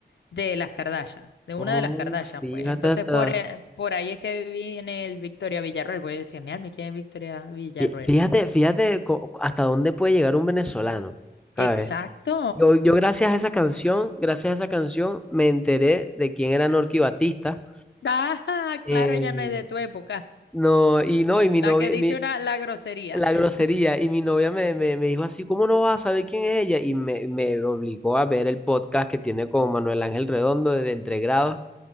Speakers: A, on the left; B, in the centre.
A: de las Kardashian, de una
B: Oh,
A: de las Kardashian,
B: fíjate
A: pues. Entonces,
B: hasta,
A: por, eh, por ahí es que viene el Victoria Villarroel, pues yo decía, mi alma, ¿quién es Victoria Villarroel?
B: fí- fíjate, fíjate co- hasta dónde puede llegar un venezolano. ¿Sabes?
A: Exacto,
B: Yo, yo gracias a esa canción, gracias a esa canción, me enteré de quién era Norky Batista.
A: Ah,
B: Eh,
A: claro, ella no es de tu época.
B: no, y no, y mi
A: La
B: novia,
A: que dice
B: mi,
A: una, la grosería.
B: la grosería,
A: <laughs>
B: y mi novia me, me, me dijo así, ¿cómo no vas a saber quién es ella? Y me, me obligó a ver el podcast que tiene con Manuel Ángel Redondo de, de Entre Grados,